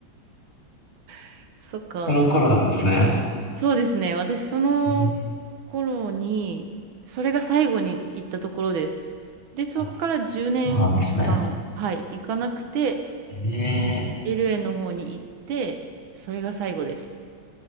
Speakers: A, on the right; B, on the left.
A: <laughs> そっか。
B: その頃なんですね。
A: そうですね。私、その頃に、
B: えー
A: それが最後に行ったところです。で、そっから10年間、
B: あ、そうなんですね。
A: はい、行かなくて、
B: え
A: LA の方に行って、それが最後です。